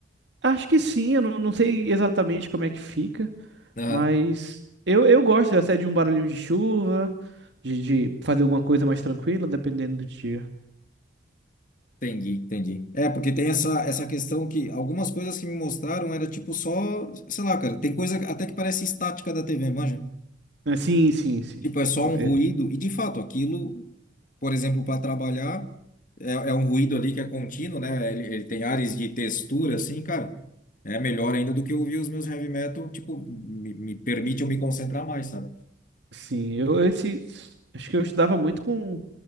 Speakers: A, on the right; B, on the left.
A: Acho que sim, eu não, não sei exatamente como é que fica.
B: Aham,
A: Mas eu, eu gosto até de um barulhinho de chuva, de, de fazer alguma coisa mais tranquila, dependendo do dia.
B: entendi, entendi. É, porque tem essa, essa questão que algumas coisas que me mostraram era tipo só, sei lá, cara, tem coisa até que parece estática da TV, manja?
A: Ah, sim, sim, sim.
B: Tipo, é só um
A: É,
B: ruído, e de fato, aquilo, por exemplo, para trabalhar, é, é um ruído ali que é contínuo, né? Ele, ele tem ares de textura, assim, cara. É melhor ainda do que eu ouvir os meus heavy metal, tipo, me, me permite eu me concentrar mais, sabe?
A: Sim, eu esse acho que eu estudava muito com